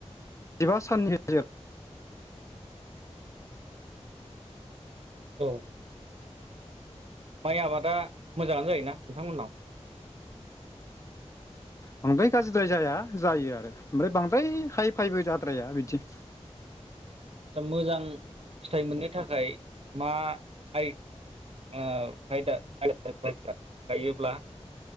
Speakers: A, on the left; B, on the right.
A: जिबा साननि गेजेर
B: औ माइ आबादा मोजाङानो जायोना नोंथांमोननाव
A: बांद्राय गाज्रिद्राय जाया जायो आरो ओमफ्राय बांद्राय फाय फायबो जाद्राया बिदि
B: ओ मोजां फिथाइ मोननो थाखाय मा आइ ओ खायदा आयदा खायदा गायोब्ला